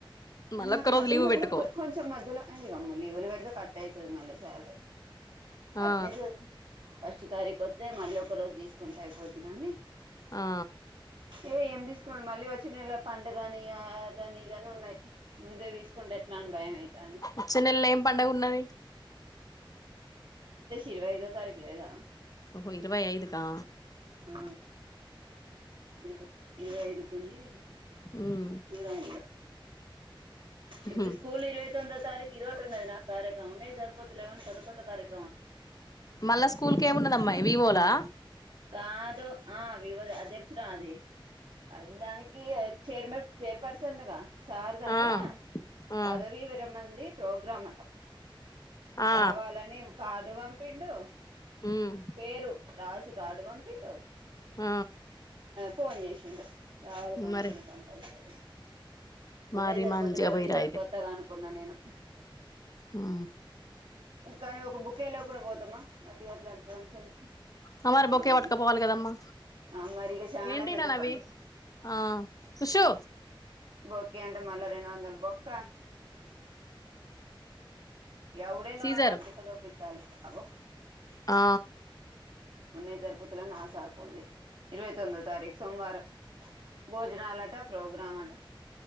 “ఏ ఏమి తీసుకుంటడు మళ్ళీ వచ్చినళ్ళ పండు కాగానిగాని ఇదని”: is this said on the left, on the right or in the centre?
Right